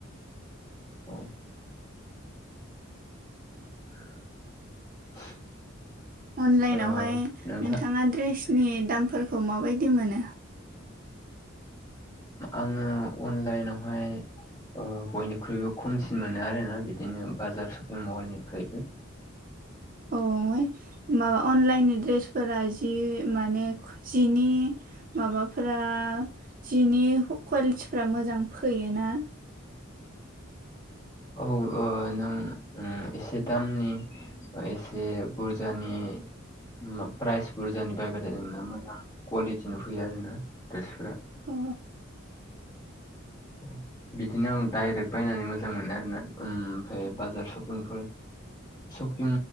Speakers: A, on the left; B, on the right.
A: औ <inaudible>
B: अनलाइनावहाय
A: ओ नोंथां
B: नोंथाङा ड्रेसनि दामफोरखौ माबायदि मोनो
A: आङो अनलाइनावहाय बयनिख्रुइबो खमसिन मोनो आरोना बिदिनो बाजार सपिं मलनिफ्रायबो
B: औफ्राय माबा अनलाइननि दड्रेसफोरा जि माने जिनि माबाफोरा जिनि कुवालिटिफ्रा मोजां फैयोना
A: औ नों एसे दामनि एसे बुरजानि हा प्राइस बुरजानि बायबाथाय जोंना मोजां कुवालिटिनि फैयो आर ना ड्रेसफोरा
B: अ
A: अ बिदिनो आं दडायरेक्ट बायनानै मोजां मोनो आरोना ओमफ्राय बाजार सफिंफोर शपिं